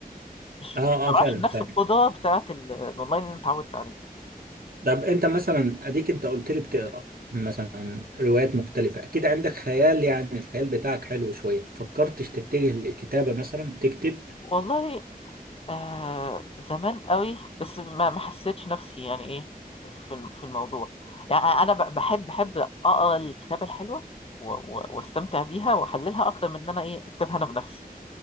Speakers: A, on the left; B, on the right.
A: مش
B: اه
A: ما
B: اه
A: بعرفش
B: فعلا
A: بنفس
B: فعلا
A: القدره بتاعت ال- الاونلاين اللي انت اتعودت عليه
B: طب انت مثلا اديك انت قلت لي بتقرا مثلا روايات مختلفة اكيد عندك خيال يعني الخيال بتاعك حلو شوية فكرتش تتجه للكتابة مثلا تكتب
A: والله آه زمان قوي بس ما ما حسيتش نفسي يعني ايه في الم- في الموضوع يعني انا ب- بحب بحب اقرا الكتابه الحلوه و- و- واستمتع بيها واحللها اكتر من ان انا ايه اكتبها انا بنفسي